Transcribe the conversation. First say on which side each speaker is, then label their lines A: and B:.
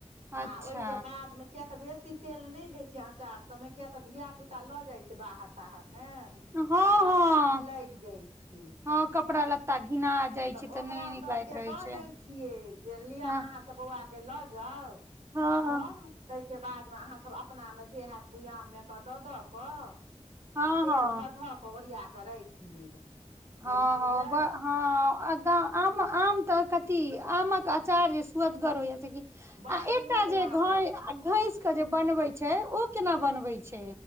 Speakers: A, on the right; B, on the right.
A: आ
B: अच्छा
A: ओहिके बादमे। किया तऽ बेसी तेल नहि दै छैै अचार सभमे किया तऽ धिया पुता लऽ जाइत छै बाहर। साहर ने
B: हँ
A: तऽ कपड़ा
B: हँ
A: मे लगि जाय छै।
B: हँ कपड़ा लता घिना। जाइ
A: तऽ
B: छै
A: ओकरा
B: नहि नीक
A: सभके
B: लागैत रहै
A: दऽ
B: छै
A: दै छियै जे लिअ
B: हँ
A: अहाँसभ बौआके लऽ जाउ।
B: हँ
A: आ
B: हँ
A: ‌हम। ताहिके बादमे अहाँसभ अपनामे जे हत बुआाममे कऽ दऽ दऽ कऽ।
B: हँ
A: आ तेल धऽ धऽ कऽ ओरिया कऽ राखि लेब
B: हँ
A: बुझलियै।
B: हँ आम तऽ कथी आमक अचार जे सुअदगर होइ छै की।
A: बड्ड
B: आ एकटा
A: नीक
B: जे
A: लागत
B: घैं घैस के जे बनबै छै ओ केना बनबै छै।